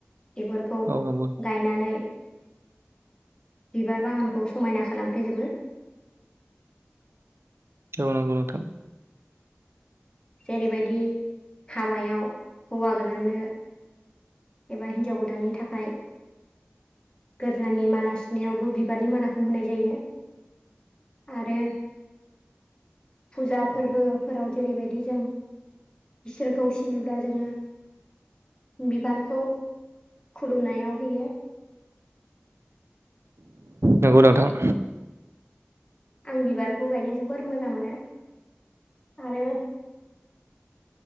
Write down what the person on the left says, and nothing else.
बेफोरखौ
गायनानै। बिबार बागानखौ समायना खालामफ्लेजोबो। <inaudible>
जेरैबायदि हाबायाव हौवा गोदाननो। एबा हिनजाव गोदाननि थाखाय गोदोनानि माला सुनायावबो बिबारनि मालाखौ होनाय जायो। आरो फुजा फोरबोफोराव जेरैबादि जों इसोरखौ सिबिब्ला जोङो बिबारखौ खुलुमनायाव होयो।
आं बिबारखौ गायनो जोबोर मोजां मोनो आरो